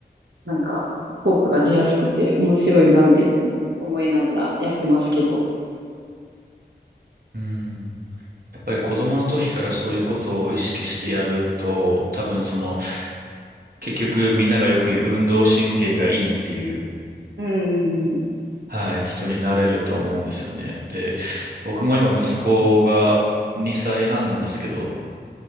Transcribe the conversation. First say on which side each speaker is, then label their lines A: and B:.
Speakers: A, on the right; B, on the right.
A: なんか効果が出やすくて面白いなっていつも思いながらやってますけど。
B: うん。やっぱり子供の時からそういうことを意識してやると、多分その、結局みんながよく言う運動神経がいいっていう、
A: うん、
B: はい、人になれると思うんですよね。で、僕も今息子が2歳半なんですけど、